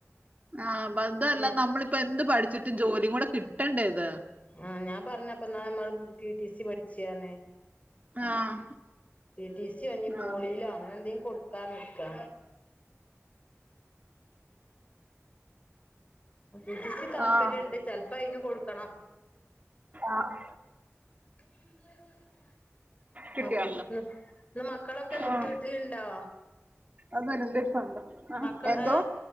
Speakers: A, on the right; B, on the left.
A: ആഹ് അതല്ല
B: അപ്പൊ ഞാ
A: നമ്മളിപ്പെന്ത് പഠിച്ചിട്ട് ജോലിയും കൂടെ കിട്ടണ്ടേ ഇത്.
B: ആഹ് ഞാൻ പറഞ്ഞപ്പന്നാ അമ്മള് ടി ടി സി പഠിച്ചയാന്ന്.
A: ആഹ്
B: ടി ടി സിയോ ഇനി പോളിയിലോ
A: ആഹ്
B: അങ്ങനെന്തെ കൊടു ക്കാൻ നിക്കാ ടി ടി സി താല്പര്യംണ്ട്
A: ആഹ്
B: ചെലപ്പോ അയിന് കൊടുക്കണം.
A: ആഹ്
B: <unintelligible>
A: കിട്ടിയോ
B: ഇന്ന് മക്കളൊക്കെവീട്ടിലുണ്ടോ?
A: ആഹ് <unintelligible>
B: മക്ക
A: എന്തോ?
B: ഏ